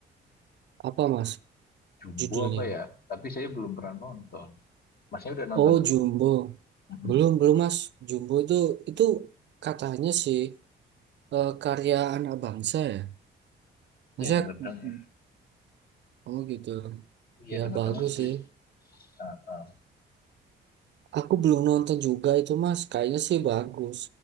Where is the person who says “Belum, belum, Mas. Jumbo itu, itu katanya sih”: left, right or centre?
Right